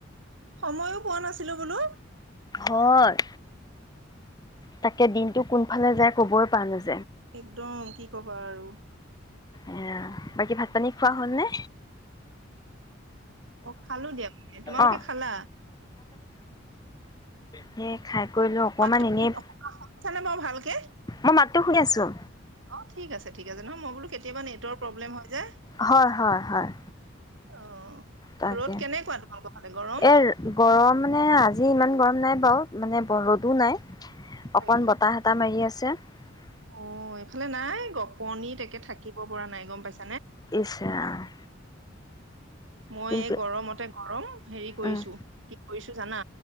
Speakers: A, on the right; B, on the left.
A: সময়ো পোৱা নাছিলো বোলো।
B: হয় তাকে দিনটো কোনফালে যায় ক'বই পৰা নাছিলো
A: একদম কি কি কবা আৰু।
B: আহ বাকী ভাত পানী খোৱা হল নে?
A: অ খালো দিয়া মে তোমালোকে
B: অ',
A: খালা
B: সেইয়ে খাই কৰিলো অকমান
A: মাতটো
B: এনেই,
A: শুনিছানে বাৰু ভালকে
B: মই মাত। শুনি আছো
A: অ ঠিক আছে ঠিক আছে নহয় মই বোলো কেতিয়াবা নেটৰ প্ৰব্লেম হৈ যায়
B: হয় হয় হয়।
A: অ
B: তাকে
A: ৰ'দ কেনেকুৱা তোমালোকৰ ফালে গৰম
B: এ গৰমানে আজি ইমান গৰম নাই বাৰু। মানে ৰ'দো নাই।
A: হয়
B: অকন
A: নেকি
B: বতাহ এটাহ মাৰি আছে। <unintelligible>
A: অ এইফালে নাই গপনি তাকে থাকিব পৰা নাই গম পাইছা।
B: ইছ ৰাম
A: মই
B: কিন্তু
A: এই গৰমতে গৰম হেৰি কৰিছো
B: উম,
A: কি কৰিছো জানা